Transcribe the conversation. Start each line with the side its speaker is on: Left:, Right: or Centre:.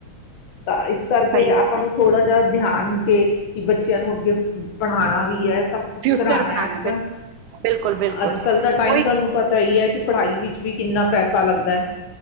Left: ਤਾਂ ਇਸ ਕਰਕੇ
Right: ਸਹੀ ਗੱਲ
Left: ਆਪਾਂ
Right: ਹੈ
Left: ਨੂੰ ਥੋੜ੍ਹਾ ਜਿਹਾ ਧਿਆਨ ਕੇ ਕਿ ਬੱਚਿਆਂ ਨੂੰ ਅੱਗੇ, ਪੜ੍ਹਾਉਣਾ ਵੀ ਹੈ ਸਭ ਕੁਛ
Right: ਫਿਊਚਰ
Left: ਕਰਾਉਣਾ
Right: ਬਣਾਉਣਾ
Left: ਹੈ, ਅੱਜ
Right: ਬਿਲ-
Left: ਕੱਲ
Right: ਬਿਲਕੁਲ ਬਿਲਕੁਲ
Left: ਅੱਜ ਕੱਲ ਦਾ ਟਾਈਮ
Right: ਕੋਈ
Left: ਤੁਹਾਨੂੰ ਪਤਾ ਹੀ ਹੈ ਕਿ ਪੜ੍ਹਾਈ ਵਿੱਚ ਵੀ ਕਿੰਨਾ ਪੈਸਾ ਲੱਗਦਾ‌।